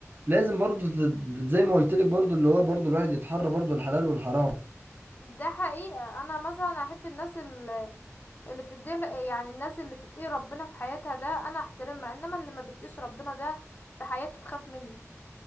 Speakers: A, on the right; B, on the left.
A: لازم برضو ت- زي ما قلت لك برضو اللي هو برضو الواحد يتحرى برضو الحلال والحرام
B: ده حقيقة انا مثلا احب الناس ال- اللي بتدي يعني الناس اللي تتقي ربنا في حياتها ده انا احترمها انما اللي ما بتقيش ربنا ده في حياته تخاف منه